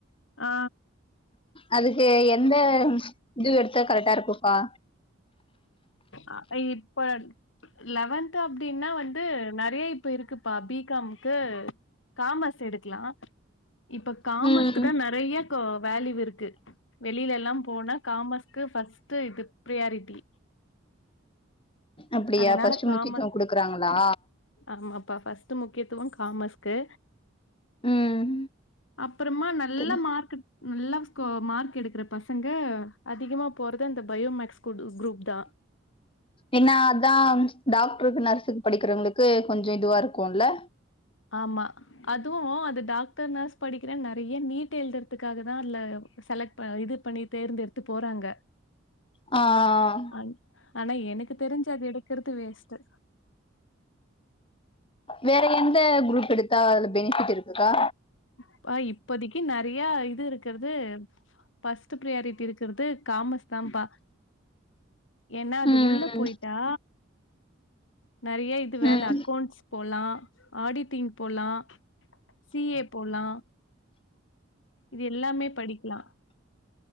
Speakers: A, on the left; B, on the left.
A: ஆ
B: அதுக்கு எந்த இது எடுத்த கரெக்டா இருக்குக்கா
A: அ இப்ப லெவன்த் அப்டின்னா வந்து நெறைய இப்ப இருக்கு ப்பா பி காம்கு காமஸ் எடுக்லா இப்ப காமஸ்க்கு
B: ம்
A: தா நெறைய கா வேல்யூ இருக்கு வெளியிலல்லா போனா காமஸ்க்கு ஃபஸ்ட் இது பிரியாரிட்டி
B: அப்டியா
A: அதனால
B: ஃபஸ்ட்
A: காமர்ஸ்
B: முக்கியத்துவ குடுக்குறாங்களா
A: ஆமாப்பா ஃபஸ்ட் முக்கியத்துவம் காமர்ஸ்க்கு
B: ம்
A: அப்பறமா நல்ல
B: சரி.
A: மார்க்கு நல்லா ஸ்கோ மார்க் எடுக்கற பசங்க அதிகமா போறதது அந்த பயோமேக்ஸ் குரூப் தா
B: என்னா அதா டாக்டருக்கு நர்ஸுக்கு படிக்கிறவங்களுக்கு கொஞ்சொ இதுவா இருக்கும்ல
A: ஆம்மா அதுவு அது டாக்டர் நர்ஸ் படிக்கிறே நெறையா நீட் எழுதுறதுக்காக தா அதுல செலக்ட் இப்ப இது பண்ணி தேர்ந்தெடுத்து போறாங்க
B: ஆ ஆ ஆ
A: அண்ட் ஆனா எனக்கு தெரிஞ்சு அது எடுக்கறது வேஸ்ட்டு
B: வேற எந்த குரூப் எடுத்தா அதுல பெனிபிட் இருக்குக்கா
A: அப்பா இப்போதிக்கு நெறையா இது இருக்கறது ஃபஸ்ட் ப்ரியாரிட்டி இருக்கிறது காமஸ் தான்ப்பா ஏன்னா அது
B: ம்
A: உள்ள போய்ட்டா நெறையா இது வேல
B: ம்
A: அக்கௌண்ட்ஸ் போலா ஆடிட்டிங் போலா சி ஏ போலா இது எல்லாமே படிக்லா